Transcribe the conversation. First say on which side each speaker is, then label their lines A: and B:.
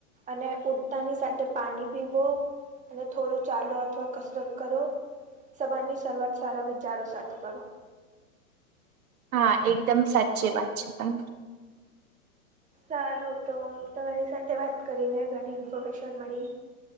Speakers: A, on the right; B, on the right.
A: અને ઉડતાની સાથે પાણી પીવો. અને થોડું ચાલો અથવા કસરત કરો. સબંધની શરૂઆત સારા વિચારો સાથે કરો.
B: હા, એકદમ સાચી વાત છે તમારી.
A: સારું તો, તમારી સાથે વાત કરીને ઘણી ઇન્ફોર્મેશન મળી.